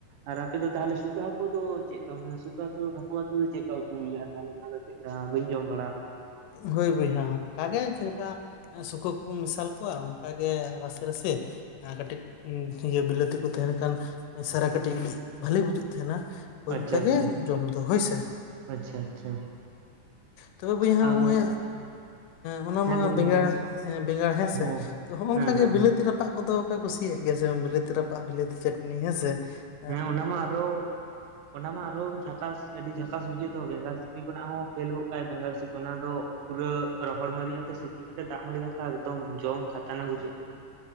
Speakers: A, on the right (about 75°); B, on the left (about 80°).
A: ᱟᱨ ᱟᱯᱮ ᱫᱚ ᱛᱟᱦᱚᱞᱮ ᱥᱩᱠᱟ ᱦᱟᱹᱠᱩ ᱫᱚ ᱪᱮᱫᱠᱟ ᱥᱩᱠᱟ ᱦᱟᱹᱠᱩ ᱦᱟᱹᱠᱩᱣᱛᱮ ᱫᱚ ᱪᱮᱫᱠᱟ ᱩᱛᱩ ᱵᱩᱡᱷᱟᱹᱜᱼᱟ ᱛᱟᱦᱞᱮ? ᱪᱮᱫᱠᱟ ᱵᱟᱹᱧ ᱡᱚᱢ ᱵᱟᱲᱟ ᱟᱠᱟᱫᱟ ᱾
B: ᱦᱩᱭ ᱵᱚᱭᱦᱟ ᱚᱱᱠᱟᱜᱮ ᱪᱮᱫ ᱞᱮᱠᱟ ᱦᱮᱸ ᱥᱩᱠᱟᱹ ᱠᱚᱵᱚᱱ ᱢᱮᱥᱟᱞ ᱠᱚᱣᱟ ᱚᱱᱠᱟ ᱜᱮ ᱨᱟᱥᱮ ᱨᱟᱥᱮ ᱾ ᱟᱨ ᱠᱟᱹᱴᱤᱡ ᱵᱤᱞᱟᱹᱛᱤ ᱠᱚ ᱛᱟᱦᱮᱱ ᱠᱷᱟᱱ ᱢᱮᱥᱟ ᱨᱮ ᱠᱟᱹᱴᱤᱡ ᱟᱹᱰᱤ ᱵᱷᱟᱞᱤ ᱵᱩᱡᱩᱜ ᱛᱟᱦᱮᱱᱟ ᱾ ᱦᱳᱭ
A: ᱟᱪᱪᱷᱟ
B: ᱚᱱᱠᱟᱜᱮ
A: ᱟᱪᱪᱷᱟ
B: ᱡᱚᱢ ᱫᱚ ᱦᱳᱭᱥᱮ ᱾
A: ᱟᱪᱪᱷᱟ ᱟᱪᱪᱷᱟ
B: ᱛᱚᱵᱮ ᱵᱚᱭᱦᱟ
A: ᱟᱨ
B: ᱦᱚᱜᱼᱚᱭ ᱚᱱᱟᱢᱟ
A: ᱦᱮᱸ ᱫᱟᱫᱟ
B: ᱵᱮᱸᱜᱟᱲ
A: ᱞᱟᱹᱭ ᱢᱮ
B: ᱵᱮᱸᱜᱟᱲ ᱦᱮᱸᱥᱮ
A: ᱦᱮᱸ
B: ᱛᱚ ᱦᱚᱜᱼᱚᱝᱠᱟ
A: ᱦᱮᱸ
B: ᱜᱮ
A: ᱦᱮᱸ
B: ᱵᱤᱞᱟᱹᱛ ᱵᱤᱞᱟᱹᱛᱤ ᱨᱟᱯᱟᱜ ᱠᱚᱫᱚᱯᱮ ᱠᱩᱥᱤᱭᱟᱜ ᱜᱮᱭᱟ ᱥᱮ ᱵᱟᱝ? ᱵᱤᱞᱟᱹᱛᱤ ᱨᱟᱯᱟᱜ ᱵᱤᱞᱟᱹᱛᱤ ᱪᱟᱹᱴᱱᱤ ᱦᱮᱸ ᱥᱮ ᱾
A: ᱦᱮᱸ ᱚᱱᱟᱢᱟ ᱟᱨᱚ ᱚᱱᱟᱢᱟ ᱟᱨᱚ ᱡᱷᱟᱠᱟᱥ ᱟᱹᱰᱤ ᱡᱷᱟᱠᱟᱥ ᱵᱩᱡᱷᱟᱹᱜ ᱫᱚ ᱵᱮᱸᱜᱟᱨ ᱥᱤᱯᱤ ᱠᱷᱱᱟᱜ ᱦᱚᱸ ᱯᱷᱮᱞ ᱜᱚᱫ ᱠᱟᱜ-ᱟᱭ ᱵᱮᱸᱜᱟᱲ ᱥᱤᱯ ᱚᱱᱟ ᱫᱚ ᱯᱩᱨᱟᱹ ᱨᱚ ᱨᱚᱦᱚᱲ ᱢᱟᱨᱤᱡ ᱟᱛᱮ ᱥᱤᱯᱤ ᱠᱟᱛᱮᱮᱫ ᱫᱟᱜ ᱢᱟᱹᱲᱤ ᱫᱟᱠᱟ ᱮᱠᱫᱚᱢ ᱡᱚᱢ ᱠᱷᱟᱛᱟᱨᱱᱟ ᱵᱩᱡᱷᱟᱹᱜᱼᱟ ᱾